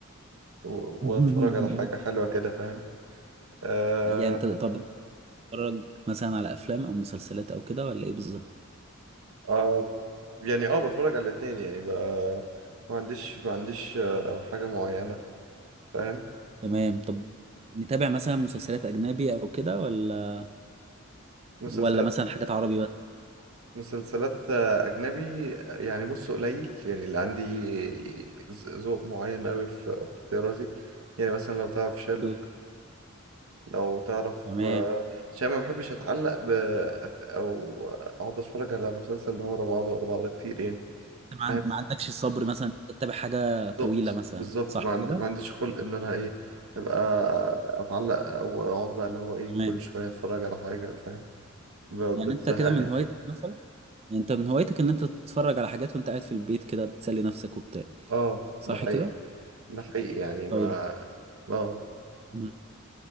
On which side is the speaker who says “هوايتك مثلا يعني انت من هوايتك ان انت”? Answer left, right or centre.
Right